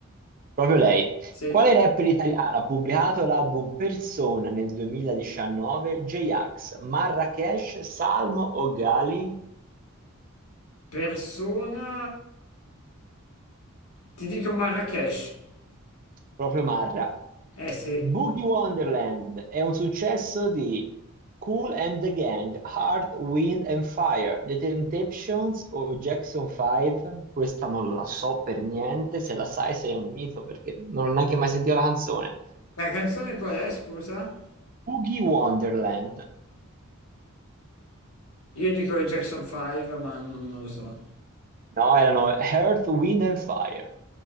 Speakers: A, on the right; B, on the left.
A: proprio lei.
B: sì.
A: Quale rapper italiano ha pubblicato l'album Persona nel 2019? J-Ax, Marrakesh, Salmo o Gali?
B: Persona... Ti dico Marrakesh.
A: Proprio Marra.
B: Eh sì.
A: Boogie Wonderland è un successo di Kool and the Gang, Heart, Wind and Fire, The Temptations o Jackson 5. Questa non la so per niente, se la sai sei un mito perché non ho neanche mai sentito la canzone.
B: La canzone qual è, scusa?
A: Boogie Wonderland.
B: Io dico i Jackson 5, ma non, non lo so.
A: No, erano Heart, Wind and Fire.